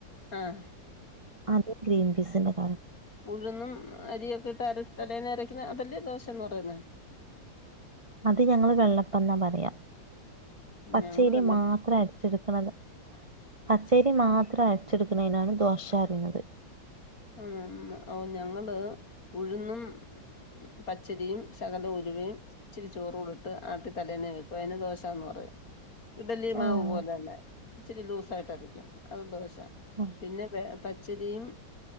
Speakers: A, on the left (about 45°); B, on the right (about 25°).
A: ആഹ്
B: അത് ഗ്രീൻ പീസിന്റെ കറിയും
A: ഉഴന്നും അരിയൊക്കെ ഇട്ട് അര തലേന്ന അരക്കുന്ന അതല്ലേ ദോശയന്ന് പറയുന്നെ
B: അത് ഞങ്ങള് വെള്ളപ്പം എന്നാ പറയാം പച്ചരി
A: ഞങ്ങള് വെള്ള
B: മാത്ര അ ചിരിക്ക്ണത് പച്ചേരി മാത്രം അരച്ചെടുക്കണതിനാണ് ദോശ എന്നറിയുന്നത്
A: ഉം ഉം ഓ ഞങ്ങള് ഉഴുന്നും പച്ചരിയും ശകല ഉലുവയും ഇച്ചിരി ചോറൂടി ഇട്ട് ആട്ടി തലേന്നീ വെക്കും അതിന് ദോശ എന്ന് പറയും ഇഡലി മാവ്
B: ആഹ്
A: പോലന്നെ ഇച്ചിരി ലൂസായിട്ടായിരിക്കും അത് ദോശ
B: ഉം
A: പിന്നെ പ പച്ചരിയും